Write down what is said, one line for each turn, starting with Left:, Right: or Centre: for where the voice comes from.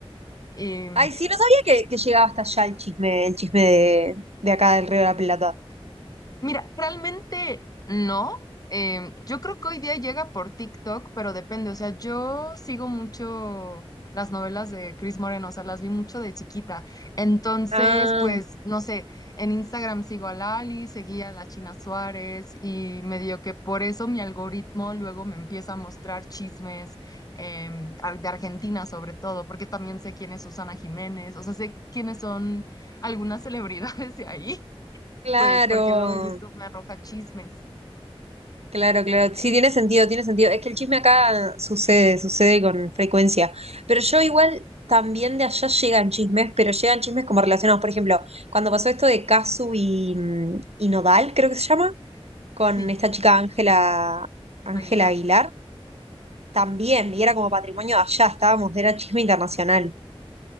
Left: <laughs> y
Right: Ay, sí, no sabía que, que llegaba hasta allá el chisme, el chisme de, de acá del Río de la Plata.
Left: Mira, realmente no. Em, yo creo que hoy día llega por TikTok, pero depende. O sea, yo sigo mucho las novelas de Chris Moreno, o sea, las vi mucho de chiquita. Entonces,
Right: Ah,
Left: pues, no sé, en Instagram sigo a Lali, seguía a la China Suárez y medio que por eso mi algoritmo luego me empieza a mostrar chismes em, ar- de Argentina sobre todo, porque también sé quién es Susana Jiménez, o sea, sé quiénes son algunas <laughs> celebridades de ahí
Right: claro,
Left: pues porque luego YouTube me arroja chismes.
Right: claro, claro. Sí, tiene sentido, tiene sentido. Es que el chisme acá sucede, sucede con frecuencia. Pero yo igual también de allá llegan chismes, pero llegan chismes como relacionados. Por ejemplo, cuando pasó esto de Casu y, y Nodal, creo que se llama, con
Left: Sí,
Right: esta chica Ángela, Ángela
Left: Aguilar.
Right: Aguilar. también, y era como patrimonio de allá, estábamos, era chisme internacional.